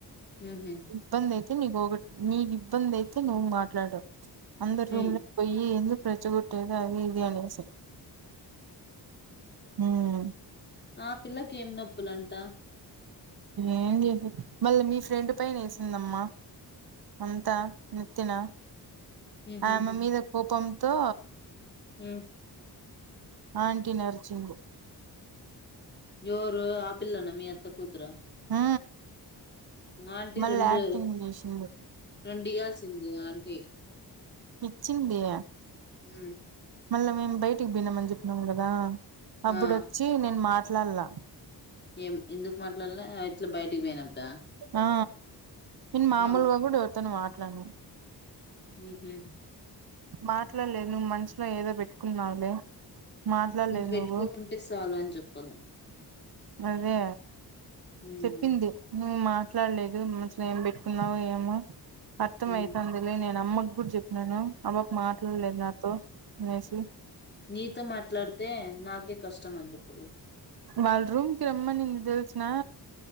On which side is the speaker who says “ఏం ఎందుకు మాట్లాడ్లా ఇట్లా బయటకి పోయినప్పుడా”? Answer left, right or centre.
Left